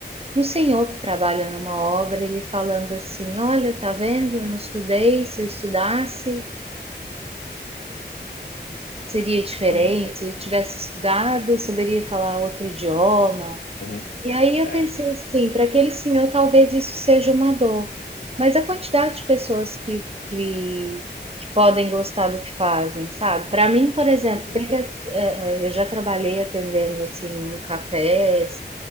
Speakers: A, on the right; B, on the left.
A: um senhor que trabalha numa obra, ele falando assim: Olha, tá vendo? Eu não estudei. Se eu estudasse, seria diferente.
B: Aham,
A: Se eu tivesse estudado, eu saberia falar outro idioma.
B: aham.
A: E aí eu
B: É,
A: pensei assim, para aquele senhor talvez isso seja uma dor, mas a quantidade de pessoas que, que, que podem gostar do que fazem, sabe? Para mim, por exemplo,
B: pois é,
A: tem que, eh, eh, eu já trabalhei atendendo assim cafés,